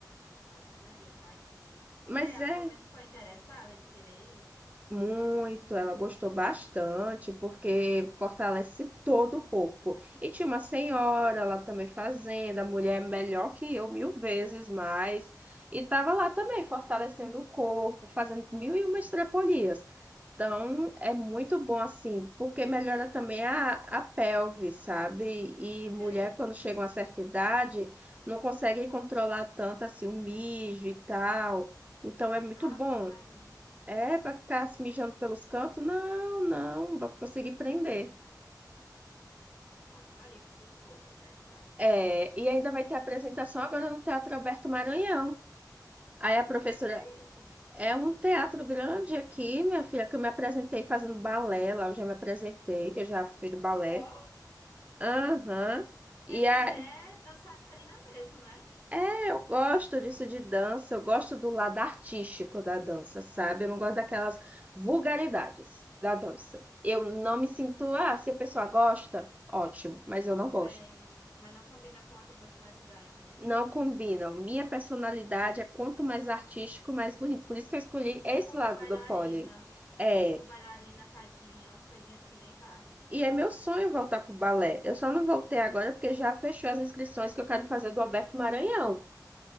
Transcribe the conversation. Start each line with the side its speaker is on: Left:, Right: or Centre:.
Left: Ave Maria, tadinha.
Right: Mas
Left: E aí, a
Right: é
Left: sua mãe ficou interessada de querer ir?
Right: Muito, ela gostou bastante, porque fortalece todo o corpo. E tinha uma senhora lá também fazendo, a mulher é melhor que eu, mil vezes mais. E estava lá também fortalecendo o corpo, fazendo mil e uma estripolias. Então, é muito bom assim, porque melhora também a, a pelve, sabe? E mulher,
Left: Sei.
Right: quando chega a uma certa idade, não consegue controlar tanto assim o mijo e tal. Então, é muito
Left: Ave
Right: bom.
Left: Maria.
Right: É, para ficar se mijando pelos cantos? Não, não, pra conseguir prender.
Left: Ave Maria, que sufoco, né, Clara?
Right: É, e ainda vai ter apresentação agora no Teatro Alberto Maranhão. Aí a professora,
Left: Onde é que é isso?
Right: é um teatro grande aqui, minha filha, que eu me apresentei fazendo balé lá, eu já me apresentei, que eu já fui do balé.
Left: Ó,
Right: Aham.
Left: minha
Right: E
Left: filha
Right: aí,
Left: é dançarina mesmo, né?
Right: é, eu gosto disso de dança, eu gosto do lado artístico da dança, sabe? Eu não gosto daquelas vulgaridades da dança. Eu não me sinto, ah, se a pessoa gosta, ótimo, mas
Left: Tudo
Right: eu não gosto.
Left: bem, mas não combina com a tua personalidade, né?
Right: Não combinam. Minha personalidade é quanto mais artístico, mais bonito. Por isso que eu escolhi
Left: Tipo
Right: esse lado
Left: bailarina,
Right: do pole. É,
Left: tipo bailarina fadinha, umas coisinhas assim bem Barbie.
Right: e é meu sonho voltar pro balé. Eu só não voltei agora porque já fechou as inscrições que eu quero fazer do Alberto Maranhão.